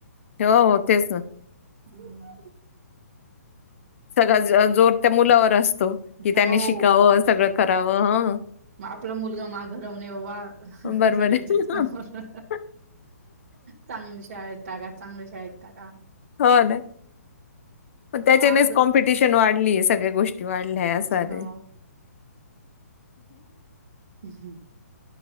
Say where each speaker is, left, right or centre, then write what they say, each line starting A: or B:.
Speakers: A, on the left; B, on the right.
A: हो तेच ना.
B: ह <inaudible>
A: सगळा ज- जोर त्या मुलावर असतो की
B: हो.
A: त्याने शिकावं, सगळं करावं. हं.
B: आपला मुलगा मा घडवणे बाबा
A: बरोबर
B: सगळ्याच्या
A: आहे.
B: समोर. चांगले शा आहेत का चांगले शा आहेत टा का?
A: हो ना. पण त्याच्यानेच
B: अवघड
A: कॉम्पिटिशन वाढलीय सगळ्या गोष्टी वाढल्या सारे.
B: हो ्